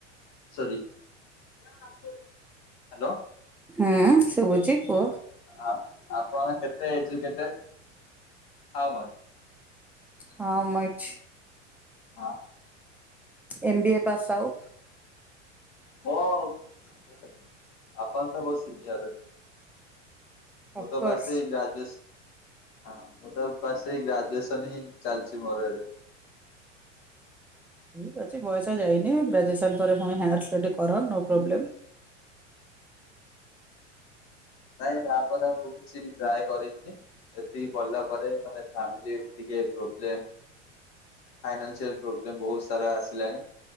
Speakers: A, on the left; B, in the centre.
A: ସରି ହାଲୋ।
B: ହୁଁ ଶୁଭୁଚି କୁହ।
A: ଆ ଆପଣ କେତେ ଏଜୁକେଟଡ୍ ହାଓମଚ୍।
B: <unintelligible>
A: ହଁ।
B: M B A pass out.
A: <unintelligible> ଆପଣ ତ ମୋ ସିନିୟର। ମୁଁ
B: ଅଫକୋର୍ସ।
A: ତ ବାସ୍ ଏଇ ଗ୍ରାଜୁଏସ୍ ହଁ ମୁଁ ତ ବାସ୍ ଏଇ ଗ୍ରାଜୁଏସନ୍ ହିଁ ଚାଲିଚି ମୋର ଏବେ।
B: ଠିକ୍ ଅଛି ବୟସ ଯାଇନି। ଗ୍ରାଜୁଏସନ୍ ପରେ ପୁଣି ହାୟାର ଷ୍ଟଡି କର ନୋ ପ୍ରୋବ୍ଲେମ୍।
A: ନାଇଁ ଆ ପରେ ଆଉ କିଛି ଟ୍ରାଏ କରିବିନି। ଏତିକି ପଢ଼ିଲା ପରେ ମାନେ ଫ୍ୟାମିଲି ଟିକେ ପ୍ରୋବ୍ଲେମ୍ ଫାଇନାନ୍ସିଆଲ୍ ପ୍ରୋବ୍ଲେମ୍ ବହୁତ୍ ସାରା ଆସିଲାଣି।